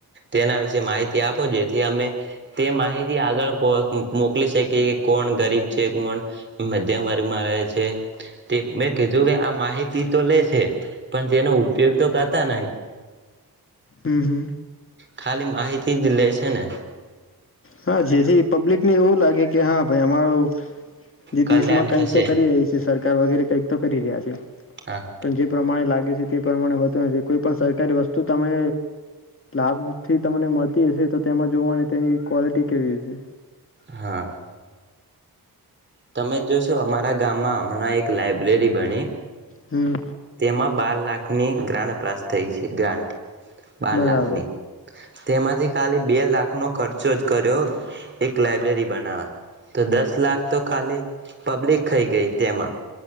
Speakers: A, on the right (about 30°); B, on the left (about 35°).
A: તેના વિશે માહિતી આપો જેથી અમે તે માહિતી આગળ મોકલી શકીએ કે કોણ ગરીબ છે મણ મધ્યમ વર્ગમાં રહે છે. મેં કીધું કે આ માહિતી તો લે છે પણ તેનો ઉપયોગ તો કરતા નહી
B: હમ હમ
A: ખાલી માહિતી જ લે છે ને
B: હા જેથી પબ્લિક ને એવું લાગે કે હા ભાઈ અમારું જે
A: કલ્યાણ
B: દેશમાં
A: થશે
B: કઈક તો કરી રહી છે સરકાર વગેરે કઇક તો કરી રહ્યા છે
A: હા
B: પણ જે પ્રમાણે લાગે છે. તે પ્રમાણે હોતું નથી કોઈ પણ સરકારી વસ્તુ તમે લાભથી તમને મળતી હશે તો તેમજ જોવામાં તેં ક્વલિટી કેવી છે.
A: હા તમે જોશો અમારા ગામમાં હમણાં એક લાાઈબ્રેરી બની
B: હમ
A: તેમાં બાર લાખ ની ગ્રાન અપરાશ થઈ છે ગ્રાન્ટ બાર
B: બરાબર
A: લાખનીને તેમાંથી ખાલી બે લાખનો ખર્ચો જ કર્યો એક લાયબ્રેરી બનાવા તો દસ લાખ તો ખાલી પબ્લિક ખઇ ગઈ તેમાં